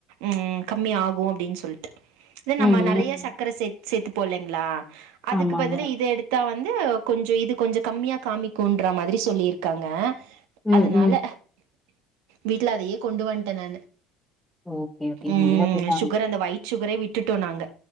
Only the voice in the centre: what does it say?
ம்,
ம்.
ஆமாங்க.
ம்,
ம்.
ஓகே ஓகே
நல்லதுதா
<inaudible>